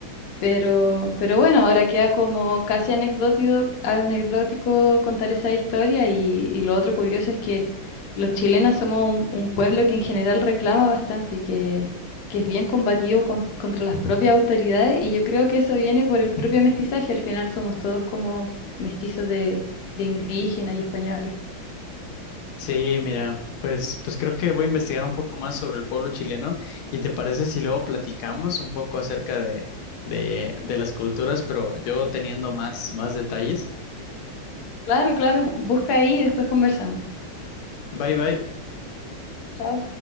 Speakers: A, on the left (about 60°); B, on the left (about 85°).
A: pero, pero bueno, ahora queda como casi anecdótico, anecdótico contar esa historia y, y lo otro curioso es que los chilenos somos un, un pueblo que en general reclama bastante, que, que es bien combativo con- contra las propias autoridades y yo creo que eso viene por el propio mestizaje, al final somos todos como mestizos de, de indígenas y españoles.
B: Sí, mira, pues, pues creo que voy a investigar un poco más sobre el pueblo chileno. ¿Y te parece si luego platicamos un poco acerca de, de, de las culturas, pero yo teniendo más, más detalles?
A: Claro, claro, busca ahí y después conversamos.
B: Bye bye.
A: Chao.